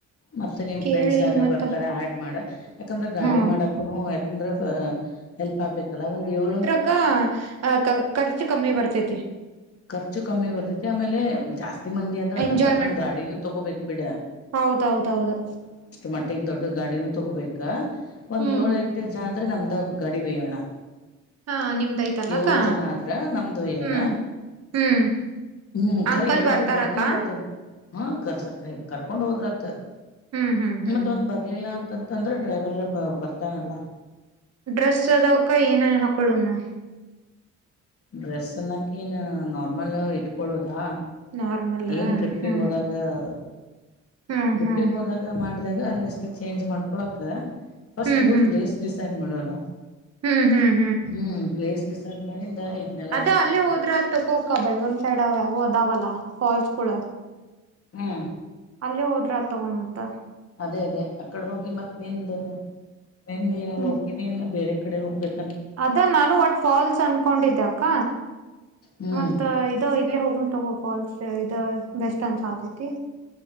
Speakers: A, on the left (about 50°); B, on the right (about 55°).
A: ಮತ್ತೆ ನಿಮ್
B: ಕೇಳಿ
A: ಫ್ರೆಂಡ್ಸ್ ಯಾರ
B: ಮತ್ತ
A: ಬರ್ತಾರ ಆಡ್ ಮಾಡ. ಯಾಕಂದ್ರ ಗಾಡಿ
B: ಹಾ
A: ಮಾಡಕುನು ಯಾಕಂದ್ರ ಹೆಲ್ಪಬೇಕಲ್ಲ ಒಂದ್ ಏಳು.
B: ಅಕ್ಕ <unintelligible> ಖರ್ಚು ಕಮ್ಮಿ ಬರ್ತೈತಿ.
A: ಖರ್ಚು ಕಮ್ಮಿ ಬರ್ತೈತಿ ಆಮೇಲೆ ಜಾಸ್ತಿ ಮಂದಿ ಆದ್ರ ಅದ್ರ
B: ಎಂಜಾಯ್ಮೆಂಟ್
A: ತಕ್ಕಂಗ್ ಗಾಡಿನೂ ತಗೋಬೇಕ್ ಬಿಡ.
B: ಹೌದೌದೌದು.
A: ಮಟ್ಟಿಗ್ ದೊಡ್ದು ಗಾಡಿನು ತಗೋಬೇಕ ಒಂದ್
B: ಹ್ಮ್
A: ಯೋಲೆಂಟ್ ಜದ್ರೆ ನಮ್ದಾ ಗಾಡಿ ವಯ್ಯೋಣ.
B: ಹಾ ನಿಮ್ದಐತಲ್ಲಕ್ಕ
A: ಯೋಳ್ ಜನದ್ರ ನಮ್ದ್ ವಯ್ಯೋಣ.
B: ಹ್ಮ್ ಹ್ಮ್
A: ಹ್ಮ್
B: ಅಂಕಲ್
A: ಕರಿ ಎಲ್ಲಾರು
B: ಬರ್ತಾರಕ್ಕ
A: ಬರ್ತಿನ್ ಬರ್ತಿನ್. ಹಾ ಕರ್ಸಕ ಕರ್ಕೊಂಡೊದ್ರತ
B: ಹ್ಮ್ ಹ್ಮ್ ಹ್ಮ್
A: ಮತ್ ಒಂದ್ ಬರ್ಲಿಲ್ಲ ಅಂ ತತಂದ್ರೆ ಡ್ರೈವರ ಬ ಬರ್ತಾನಲ್ಲ.
B: ಡ್ರೆಸೆದವಕ್ಕ ಏನರೆ ಹಾಕೊಳೊನ.
A: ಡ್ರೆಸಲ್ಲಕೇನು ನಾರ್ಮಲ್ಲ ಇಟ್ಕೊಳ್ಳೋದಾ
B: ನಾರ್ಮಲ್
A: ಏನ್ ಟ್ರಿಪ್ಪಿಗೋದಾಗ್.
B: ಹ್ಮ್
A: ಹಾ.
B: ಹ್ಮ್
A: ಟ್ರಿಪ್ಪಿಗೋದಾಗ
B: ಹ್ಮ್
A: ಮಾಡ್ದಾಗ ಅಲಷ್ಟ ಚೇಂಜ್ ಮಾಡ್ಕೊಳಕ ಫಸ್ಟು
B: ಹ್ಮ್
A: ಪ್ಲೇಸ್. ಡಿಸೈಡ್ ಮಾಡೋನಾ
B: ಹ್ಮ್ ಹ್ಮ್ ಹ್ಮ್
A: ಹ್ಮ್ ಪ್ಲೇಸ್ ಡಿಸೈಡ್ ಮಾಡಿಂದ. ಇದ್ನೆಲ್ಲ
B: ಅದ
A: ಸ್ವಲ್ಪ
B: ಅಲ್ಲಿ ಹೋದ್ರತ್ ತಗೋ ಅಕ್ಕ ಬೆಳ್ಗಮ್ ಸೈಡ್ ಅವಾವೊ ಅದಾವಲ್ಲ ಫಾಲ್ಸ್ಗಳ.
A: ಹ್ಮ್ಮ್.
B: ಅಲ್ಲೇ ಹೋದ್ರತ್ ತಾಗ್ಗೋ ಮತ್ತ.
A: ಅದೇ ಅದೇ ಅಕಡ್ ಹೋಗಿ ಮತ್ತ್ ನಿಂದು ನಿಂದ್ ಏನಾರ
B: ಹ್ಮ್
A: ಹೊಪಿನಿಯನ್ನು ಬೇರೆ ಕಡೆ ಹೋಗ್ಬೇಕ.
B: ಅದ ನಾನು ಒಟ್ ಫಾಲ್ಸ್ ಅನ್ಕೊಂಡಿದ್ದೆ ಅಕ್ಕ
A: ಹ್ಮ್
B: ಮತ್ತ. ತ್ತಾ ಇಲ್ಲೇ ಹೋಗೊನ್ ತಗೋ ಫಾಲ್ಸ್ ಇದಾ ಬೆಸ್ಟ್ ಅನ್ಸತೈತಿ.